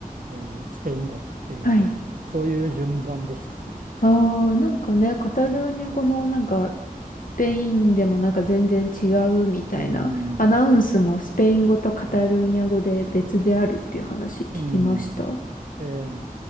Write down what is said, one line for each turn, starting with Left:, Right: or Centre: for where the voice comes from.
Right: えースペイン語っていう
Left: はい。
Right: <laughs> そういう順番でしたね。
Left: ああ、なんかね、カタルーニャ語もなんか、スペインでもなんか全然違うみたいな、
Right: うん。
Left: アナウンスもスペイン語とカタルーニャ語で別であるっていう話聞きました。
Right: うん。ええ、